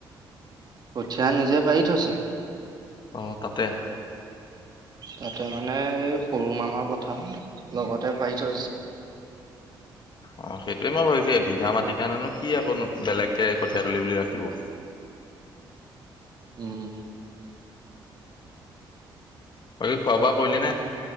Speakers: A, on the right; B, on the left.
A: কঠীয়া নিজে পাৰি থৈছে।
B: আহ, তাতে।
A: তাতে মানে এই সৰু মামা পথাৰ লগত কঠীয়া পাৰি থৈছে।
B: অ, সেইটোৱয়ে মই ভাবিছো এ বিঘা মাটিৰ কাৰণেনো কি আকৌ বেলেগকে কঠিয়াতলি বুলি ৰাখিব।
A: উম।
B: কৰি খোৱা বোৱা কৰিলি নে?